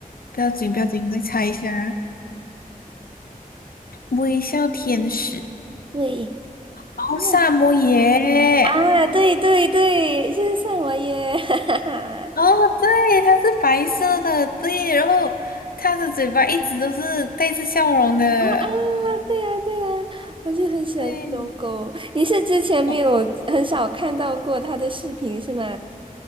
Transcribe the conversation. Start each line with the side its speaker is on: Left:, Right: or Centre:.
Left: 不要紧，不要紧，我再猜一下。微笑天使，
Right: 对。
Left: 哦，
Right: 那。
Left: 萨摩耶，
Right: 啊，对对对，就是萨我耶，<laughs> 哈哈哈！
Left: 哦，对，它是白色的，对，然后它的嘴巴一直都是带着笑容的，
Right: 啊啊，对呀、对呀、我就很喜欢这种狗。
Left: 对，
Right: 你是之前没有很少看到过它的视频是吗？
Left: 哦，